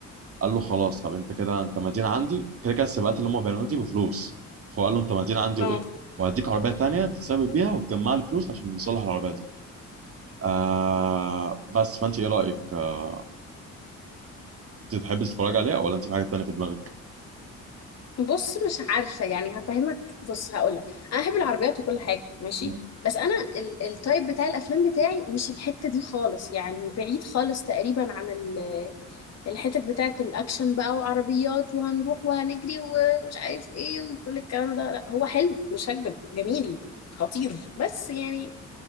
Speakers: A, on the right; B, on the left.
A: قال له خلاص طب انت كده انت مدين عندي كده كده السباقات اللي هما بيعملوها دي بفلوس فهو قال له انت مدين عندي
B: اه
A: وايه وهديك عربيه تانيه تتسابق بيها وتجمع لي فلوس عشان نصلح العربيه دي آه بس فانت ايه رايك آه، انت تحبي تتفرج عليه ولا انت في حاجه تانيه في دماغك
B: بص مش عارفة يعني هفهمك بص هقولك أنا أحب العربيات وكل حاجة ماشي
A: مم.
B: بس أنا ال- التايب بتاع الأفلام بتاعي مش الحتة دي خالص يعني بعيد خالص تقريبا عن ال- الحتت بتاعة الأكشن بقى وعربيات وهنروح وهنجري ومش عارف إيه وكل الكلام ده لا هو حلو مش هكدب جميل خطير بس يعني